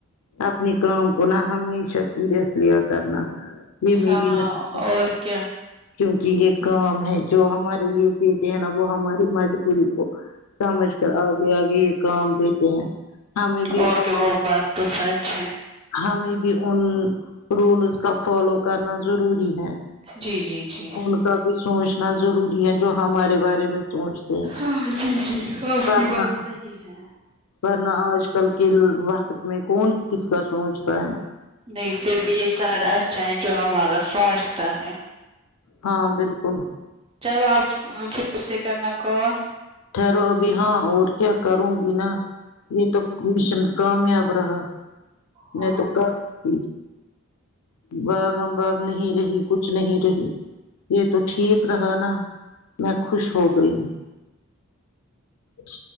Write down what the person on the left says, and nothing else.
اپنی کام کو نا ہمیشہ سیریس لیا کرنا یہ
میری نصیحت
کیونکہ یہ کام ہے جو ہمارے لیے دیتے ہیں نا وہ ہماری مجبوری کو سمجھ کر آگے آگے یہ کام دیتے ہیں ہمیں بھی
ان
ہمیں بھی ان رولز کا فالو کرنا ضروری ہے
ان کا بھی سوچنا ضروری ہے جو ہمارے بارے میں سوچتے ہیں
ورنہ
ورنہ آج کل کے وقت میں کون کس کا سوچتا ہے
ہاں بالکل
ٹھہرو ابھی ہاں اور کیا کروں گی نا یہ تو کشن کامیاب رہا
میں تو کر ت بھگ ہم بھاگ نہیں رہی کچھ نہیں رہی یہ تو ٹھیک رہا نا میں خوش ہو گئی چ